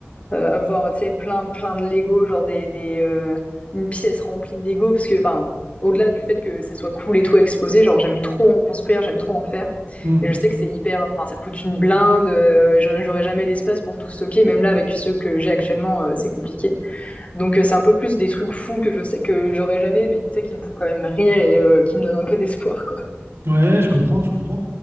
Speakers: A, on the left; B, on the right.
A: euh, avoir tu sais plein plein de Lego genre des, des euh, une pièce remplie de Lego parce que enfin au-delà du fait que ça soit cool et tout à exposer genre j'aime trop en construire j'aime trop en faire
B: Hmm.
A: et je sais que c'est hyper enfin ça coûte une blinde euh, je- j'aurais jamais l'espace pour tout stocker même là avec ceux que j'ai actuellement euh, c'est compliqué donc euh, c'est un peu plus des trucs fous que je sais que j'aurais jamais mais tu sais qui me font quand même rire et euh, qui me donnent un peu d'espoir quoi
B: Ouais, je comprends, je comprends.